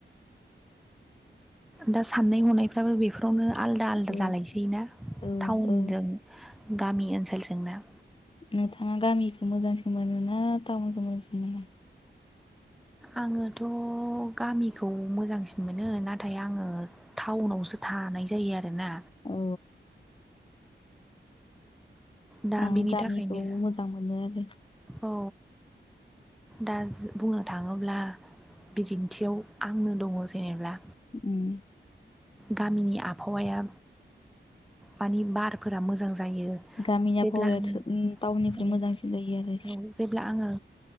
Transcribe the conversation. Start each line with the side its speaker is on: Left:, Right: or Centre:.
Centre: दा साननाय हनायफ्राबो बेफोरावनो। आलदा आलदा
Left: औ
Centre: जालायसै ना
Left: औ
Centre: टाउनजों
Left: औ
Centre: गामि ओनसोलजोंना?
Left: नोंथाङा गामिखौ मोजांसिन मोनो ना टाउनखौ मोजांसिन मोनो?
Centre: आङोथ' गामिखौ मोजांसिन मोनो नाथाय आङो टाउनावसो। थानाय जायो आरोना।
Left: औ
Centre: दा
Left: आं
Centre: बेनि
Left: गामिखौ
Centre: थाखायनो
Left: मोजां मोनो आरो।
Centre: औ दा बुंनो थाङोब्ला बिदिन्थियाव आंनो दङ जेनेब्ला।
Left: <inaudible>
Centre: गामिनि आबहावाया मानि बारफोरा मोजां। जायो
Left: गामिनि
Centre: जेब्ला
Left: आबहावाया
Centre: आङो
Left: टाउननिफ्राय
Centre: ओ
Left: मोजांसिन जायो आरो
Centre: ओ जेब्ला आङो